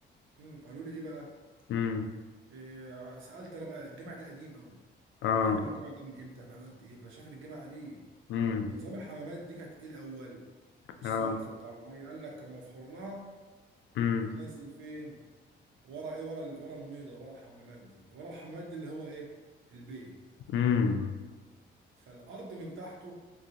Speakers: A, on the right; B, on the left.
A: امم قالوا لي ايه بقى
B: امم
A: إيه سالت انا بقى الجامع ده قديم قوي
B: اه
A: قلت لهم هو الجامع ده من امتى عملوا قد ايه بقى شايف ان الجامع قديم
B: امم
A: ونظام الحمامات دي كانت ايه الاول والصرف
B: اه
A: بتاع الميه قال لك كان مفحور لها
B: امم
A: وتنزل فين ورا ايه ورا ال- ورا الميضه ورا الحمامات دي ورا الحمامات دي اللي هو ايه البيت
B: امم
A: فالارض من تحته